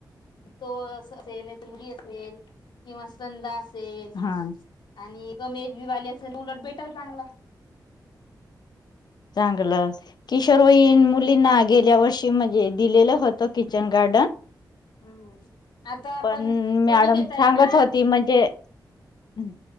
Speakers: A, on the left; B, on the left.
A: तो, असेल तुडी असेल किंवा संंदा असेल
B: हा
A: आणि <inaudible> कमे येज वाली असेल उलट बेटर चांगलं
B: चांगलं किशोरवईन मुलींना गे गेल्या वर्षी म्हणजे दिलेलं होत किचन गार्डन
A: हम्म आता आपण
B: पण मॅडम
A: कमी देताय
B: सांगत
A: ना
B: होती म्हणजे, हम्